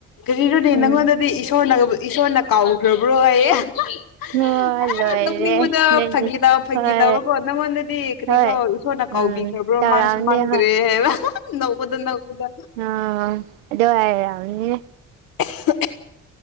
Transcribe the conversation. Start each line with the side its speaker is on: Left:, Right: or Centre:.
Left: ꯀꯔꯤꯔꯣꯅꯦ
Right: ꯎꯝ
Left: ꯅꯪꯉꯣꯟꯗꯗꯤ ꯏꯁꯣꯔꯅ ꯏꯁꯣꯔꯅ ꯀꯥꯎꯈ꯭ꯔꯕ꯭ꯔꯣ ꯍꯌꯦ ꯑꯥ
Right: ꯑꯣ ꯂꯣꯏꯔꯦ
Left: ꯅꫭꯛꯅꯤꯡꯕꯗꫭ
Right: ꯅꯣꯏꯗꯤ
Left: ꯐꯥꯒꯤ ꯇꯕ ꯐꯥꯒꯤ
Right: ꯍꯣꯏ
Left: ꯇꯧꯕꯀꯣ ꯅꯪꯉꯣꯟꯗꯗꯤ ꯀ꯭ꯔꯤꯔꯣ
Right: ꯍꯣꯏ
Left: ꯏꯁꯣꯔꯅ ꯀꯥꯎꯕꯤꯈ꯭ꯔꯕ꯭ꯔꯣ
Right: ꯎꯝ ꯇꯧꯔꯛꯑꯝꯅꯤ
Left: ꯃꯥꯡꯁꯨ ꯃꯥꯡꯗ꯭ꯔꯦ
Right: ꯍꯣꯏ
Left: ꯍꯥꯏꯕ ꯅꯣꯛꯕꯗ ꯅꯣꯛꯕꯗ
Right: ꯑ ꯑꯗ ꯍꯥꯏꯔꯝꯅꯤ
Left: <unintelligible>